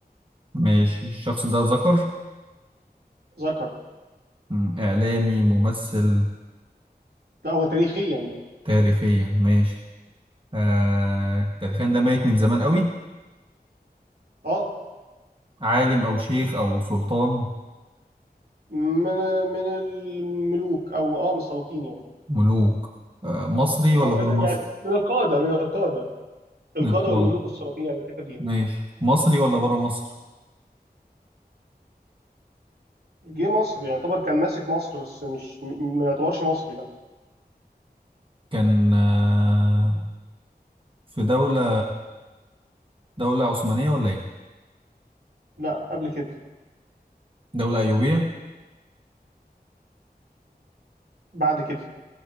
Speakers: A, on the right; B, on the right.
A: ماشي الشخص ده ذكر
B: ذكر
A: مم، إعلامي ممثل
B: لا هو تاريخيا بقى.
A: تاريخيا ماشي آه تاريخيا ده ميت من زمان قوي
B: اه
A: عالم أو شيخ أو سلطان
B: من من الملوك او اه من السلاطين يعني
A: ملوك آه مصري ولا
B: او
A: برا
B: ال-
A: مصر
B: يعني من القاده من القاده القاده
A: نقول
B: والملوك والسلاطين يعني الحته دي يعني.
A: ماشي مصري ولا برا مصر
B: جه مصر يعني، يعتبر كان ماسك مصر بس مش م- ما يعتبرش مصري لا
A: كان آه في دولة دولة عثمانية ولا إيه
B: لا قبل كده
A: دولة أيوبية
B: بعد كده